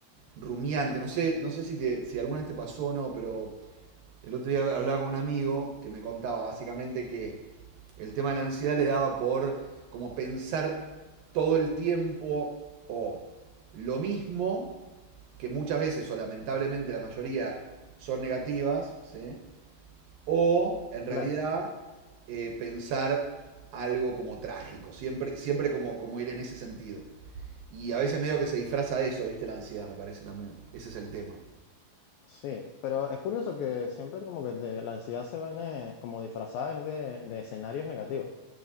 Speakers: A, on the right; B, on the left.
A: rumiante. No sé, no sé si, te- si alguna vez te pasó o no, pero el otro día hablaba con un amigo que me contaba básicamente que el tema de la ansiedad le daba por como pensar todo el tiempo o lo mismo, que muchas veces o lamentablemente la mayoría son negativas, ¿sí? o en realidad
B: Claro.
A: eh, pensar algo como trágico, siempre, siempre como, como ir en ese sentido. Y a veces medio que se disfraza de eso, ¿viste? La ansiedad, me parece también. Ese es el tema.
B: Sí, pero es curioso que siempre como que de- la ansiedad se viene como disfrazada es de, de escenarios negativos.